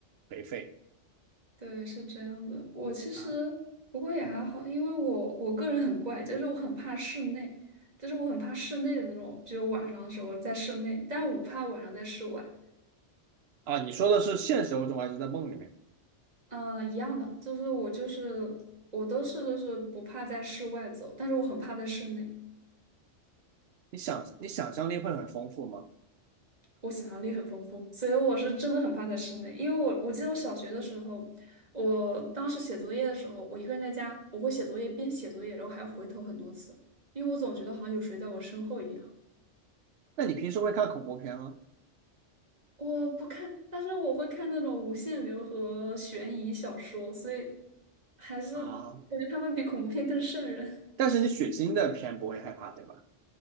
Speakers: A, on the right; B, on the right.
A: 颓废
B: 对，是这样的。我其实不过也还好，
A: 啊
B: 因为我我个人很怪，就是我很怕室内，就是我很怕室内的那种，就是晚上的时候在室内，但我不怕晚上在室外。
A: 啊！你说的是现实中还是在梦里面？
B: 嗯、一样的，就是我就是我都是就是不怕在室外走，但是我很怕在室内。
A: 你想你想象力会很丰富吗？
B: 我想象力很丰富，所以我是真的很怕在室内，因为我我记得我小学的时候，我当时写作业的时候，我一个人在家，我会写作业边写作业，然后还要回头很多次，因为我总觉得好像有谁在我身后一样。
A: 那你平时会看恐怖片吗？
B: 我不看，但是我会看那种无限流和悬疑小说，所以还是感觉他们比恐怖片更瘆人。
A: 啊，但是你血腥的片不会害怕，对吧？